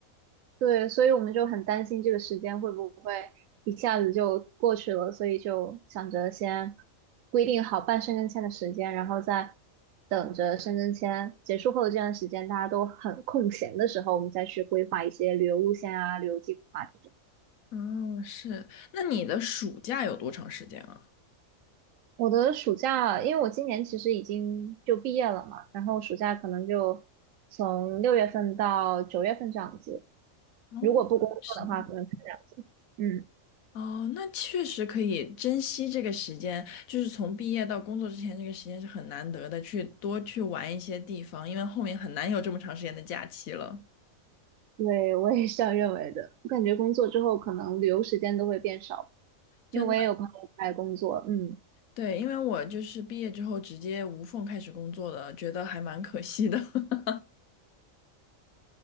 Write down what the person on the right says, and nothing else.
对，所以我们就很担心这个时间会不会一下子就过去了，所以就想着先规定好办申根签的时间，然后再等着申根签结束后的这段时间，大家都很空闲的时候，我们再去规划一些旅游路线啊、旅游计划。这种。
我的暑假，因为我今年其实已经就毕业了嘛，然后暑假可能就从六月份到九月份这样子。
如果不工作的话，
可能是这样子。嗯，
对，我也是这样认为的。我感觉工作之后，可能旅游时间都会变少，
因为我也有朋友在工作。嗯，